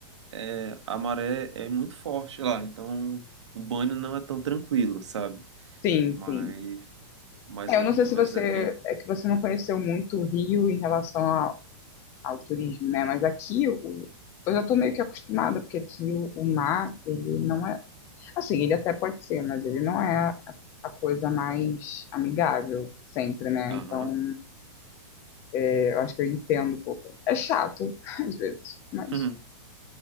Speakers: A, on the right; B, on the left.
A: é, a maré é muito forte lá, então o banho não é tão tranquilo, sabe?
B: Sim,
A: Mas,
B: sim.
A: mas,
B: É, eu
A: é,
B: não sei
A: mas
B: se você
A: é bem.
B: é que você não conheceu muito o Rio em relação ao, ao turismo, né? Mas aqui o, eu já estou meio que acostumada, porque aqui o, o mar, ele não é. Assim, ele até pode ser, mas ele não é a, a coisa mais amigável sempre, né?
A: Aham.
B: Então, é, eu acho que eu entendo um pouco. É chato, <laughs> às vezes, mas,
A: <laughs>